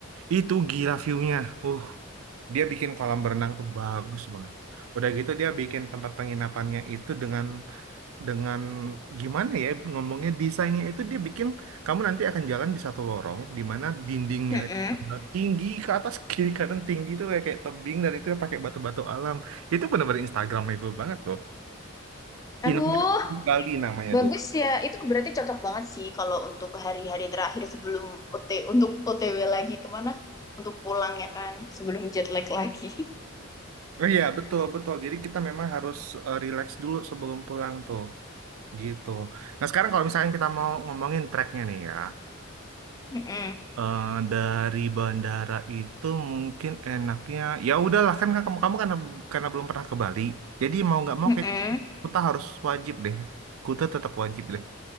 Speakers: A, on the right; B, on the left.
A: itu gila view-nya uh dia bikin kolam berenang tuh bagus banget. Udah gitu dia bikin tempat penginapannya itu dengan dengan gimana ya ngomongnya desainnya itu dia bikin kamu nanti akan jalan di satu lorong di mana dindingnya
B: Mm-mm.
A: itu tinggi ke atas <laughs> kiri kanan tinggi itu kayak, kayak tebing dan itu pakai batu-batu alam itu benar-benar Instagramable banget loh
B: Aduh,
A: Inangnya Bali namanya
B: bagus
A: dulu
B: ya. Itu berarti cocok banget sih kalau untuk hari-hari terakhir sebelum OT untuk OTW lagi kemana? Untuk pulang ya kan, sebelum jet lag lagi.
A: oh iya betul betul jadi kita memang harus eh, relax dulu sebelum pulang tuh gitu nah sekarang kalau misalnya kita mau ngomongin tracknya nih ya
B: Mm-mm.
A: Eh, dari bandara itu mungkin enaknya ya udahlah kan kamu kamu karena karena belum pernah ke Bali jadi mau nggak mau
B: Mm-mm.
A: kayak Kuta harus wajib deh Kuta tetap wajib deh